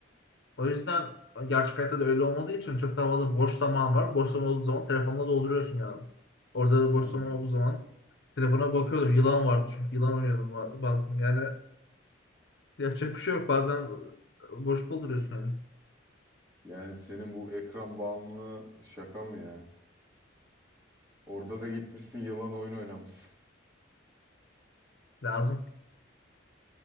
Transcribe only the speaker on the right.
Hmm.
Yani senin bu ekran bağımlılığı şaka mı ya? Orada da gitmişsin yılan oyun oynamışsın.